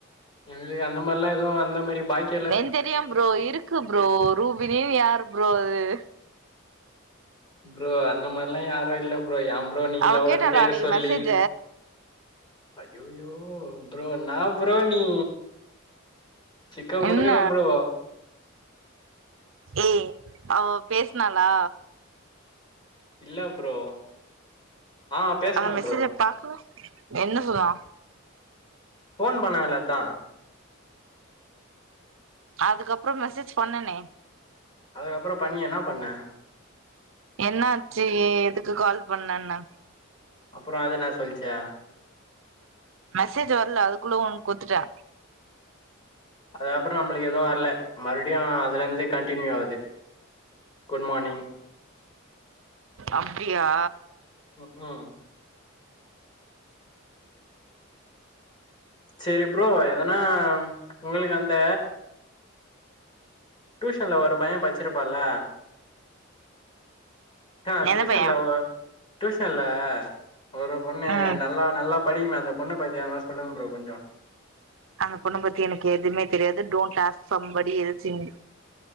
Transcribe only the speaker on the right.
என்க் தெரியு ப்ரோ இருக்கு ப்ரோ ரூபிணின் யாரு ப்ரோ அது
அவ கேட்டாளா
அன்னைக்கு
மெசேஜ
என்ன
ஏய் அவ பேஸ்னாளா
அவ மெசேஜ
பாக்கல என்ன சொன்னா
அதுக்கப்றோ மெசேஜ் பண்ணனே
என்னாச்சு ஏ எதுக்கு கால் பண்ணேன்ன
மெசேஜு வர்ல அதுக்குள்ள உன்க் குட்த்துட்டே
அப்டியா
எந்த
பைய
ம்
அந்த பொண்ண பத்தி எனக்கு எதுமே தெரியாது don't toss somebody else any